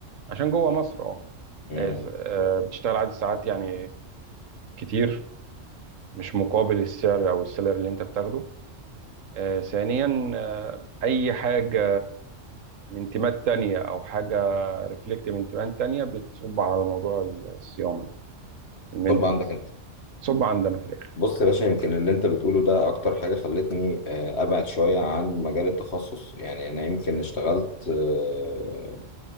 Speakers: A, on the right; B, on the left.
A: عشان جوه مصر أه
B: مم.
A: آه،
B: مم.
A: آه، بتشتغل عدد ساعات يعني كتير مش مقابل السعر أو السالري اللي أنت بتاخده آه، ثانيا آه، اي حاجه من تيمات تانية او حاجه ريفلكت من تيمات تانية بتصب على موضوع الصيانه ده المينتنس
B: طب عندك انت
A: تصب عندنا في الاخر
B: بص يا باشا يمكن اللي انت بتقوله ده اكتر حاجة خلتني آه، ابعد شوية عن مجال التخصص يعني انا يمكن اشتغلت آه،